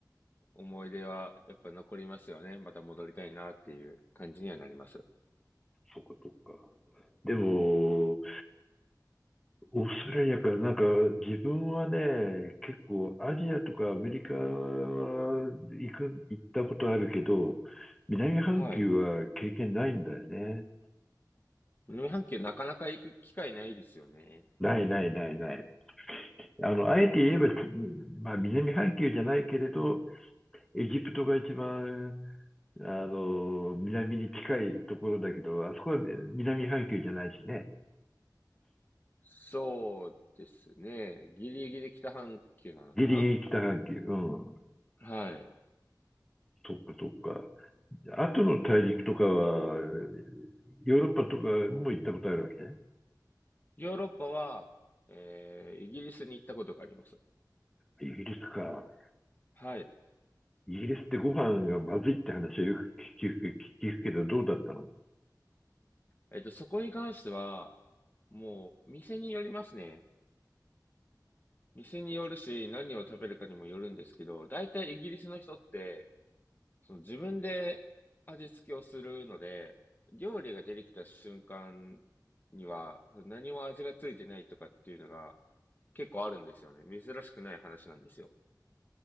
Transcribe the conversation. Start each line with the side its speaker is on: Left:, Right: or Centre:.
Left: 思い出はやっぱ残りますよね。また戻りたいなっていう感じにはなります。
Centre: そっかそっか。でも、オーストラリアか、なんか自分はね、結構アジアとかアメリカは行く、行ったことあるけど、南半球は経験ないんだよね。
Left: はい。南半球なかなか行く機会ないですよね。
Centre: ないないないない。あの、あえて言えば、まあ南半球じゃないけれど、エジプトが一番、あの、南に近いところだけど、あそこは南半球じゃないしね。
Left: そうですね。ギリギリ北半球なのかな
Centre: ギリギリ北半球。うん。
Left: はい。
Centre: そっかそっか。後の大陸とかは、ヨーロッパとかも行ったことあるわけね。
Left: ヨーロッパは、えーイギリスに行ったことがあります。
Centre: イギリスか。
Left: はい。
Centre: イギリスってご飯がまずいって話はよく聞く聞くけど、どうだったの
Left: えっと、そこに関しては、もう、店によりますね。店によるし、何を食べるかにもよるんですけど、大体イギリスの人って、その自分で味付けをするので、料理が出てきた瞬間には、何も味がついてないとかっていうのが結構あるんですよね。珍しくない話なんですよ。